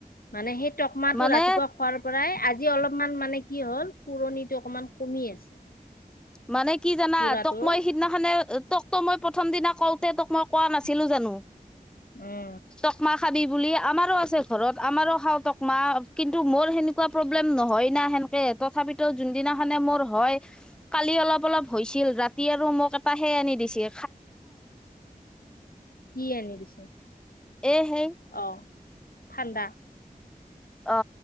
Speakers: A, on the left (about 75°); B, in the centre.
A: মানেই টকমাটো
B: মানে
A: ৰাতিপুৱা খোৱাৰ পৰাই আজি অলপমান মানে কি হ'ল পুৰণিটো অকমান কমি আছে
B: মানে কি জানা
A: পুৰাটো
B: তোক মই সিদিনাখনে তোক তোক মই প্ৰথম দিনা কওঁতে তোক মই কোৱা না আছিলো জানো।
A: উম।
B: টকমা খাবি বুলি আমাৰো আছে ঘৰত আমাৰো খাওঁ টকমা কিন্তু মোৰ সেনেকুৱা প্ৰব্লেম নহয় না সেনেকে তথাপিতো যোন সদিনাখানে মোৰ হয় কালি অলপ অলপ হৈছিল ৰাতি আৰু মোক এটা সেই আনি দিছিল।
A: কি আনি দিছে?
B: এহেই
A: অ ঠাণ্ডা
B: অ